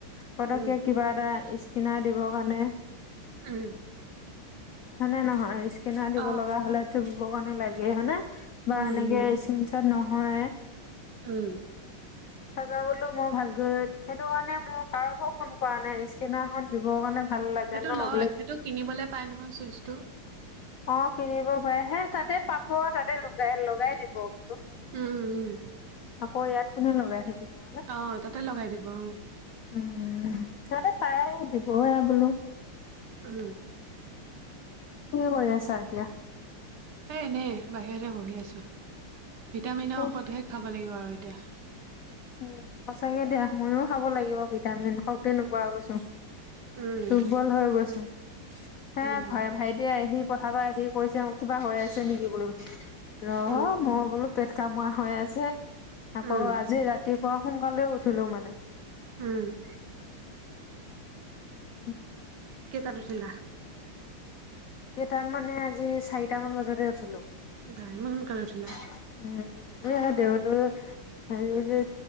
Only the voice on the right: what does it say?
উম
উম
অ
উম
উম
উম
সেইটো
লয়
সেইটো কিনিবলে পাই নহয় চুইচটো
উম উম
অ তাতে লগাই দিব অ
উম
এ এনেই বাহিৰতে বহি আছো ভিটামিনৰ
ঔষধহে খাব লাগিব আৰু এতিয়া
উম
উম
উম
উম
উম
কেইটাত উঠিলা।
বাহ ইমান সোনকালে উঠিলা।